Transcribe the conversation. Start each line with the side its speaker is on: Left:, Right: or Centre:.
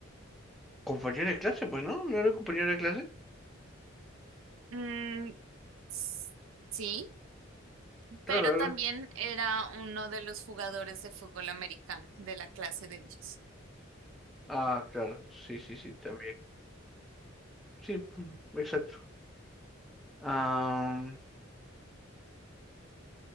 Centre: compañero de clase, pues no, no era un compañero de clase.
Right: Mm, s- sí,
Centre: Claro,
Right: pero también
Centre: era-
Right: era uno de los jugadores de fútbol americano de la clase de ellos.
Centre: Ah, claro, sí, sí, sí, también. Sí, mm, exacto. Ah,